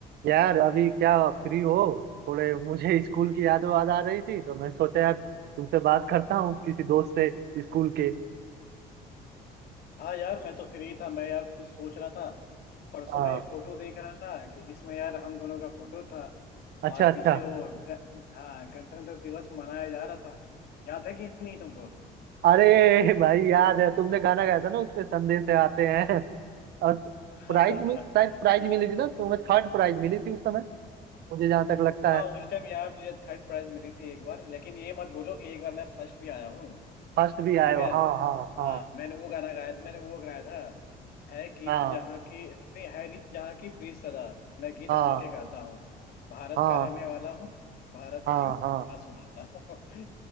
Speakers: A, on the right; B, on the left.
A: यार अभी क्या फ्री हो थोड़े मुझे स्कूल की याद वाद आ रही थी तो मैं सोचा यार तुमसे बात करता हूँ किसी दोस्त से स्कूल के
B: हाँ यार मैं तो फ्री था मैं यार खुद सोच रहा था परसों
A: हाँ
B: मैं एक फोटो देख रहा था कि जिसमें यार हम दोनों का फोटो था
A: अच्छा
B: और
A: अच्छा
B: पीछे वो ग, हाँ गणतंत्र दिवस मनाया जा रहा था याद है कि नहीं तुमको
A: अरे भाई याद है तुमने गाना गाया था ना उसमें संदेश आते हैं और
B: <laughs>
A: प्राइज मिल शायद प्राइज मिली थी ना तुम्हें थर्ड प्राइज मिली थी उस समय मुझे जहाँ तक लगता
B: हाँ
A: है
B: उस टाइम यार मुझे थर्ड प्राइज मिली थी एक बार लेकिन ये मत बोलो कि एक बार मैं फर्स्ट भी आया हूँ
A: फर्स्ट भी आए
B: ठीक
A: हो
B: है
A: हाँ हाँ
B: हाँ मैंने वो गाना गाया था मैंने वो गाया था है गीत
A: हाँ
B: जहाँ की नहीं है रीत जहाँ की प्रीत सदा मैं गीत
A: हाँ
B: वहाँ के गाता हूँ भारत
A: हाँ
B: का रहने वाला हूँ भारत
A: हाँ
B: की
A: हाँ हाँ
B: बात सुनाता हूँ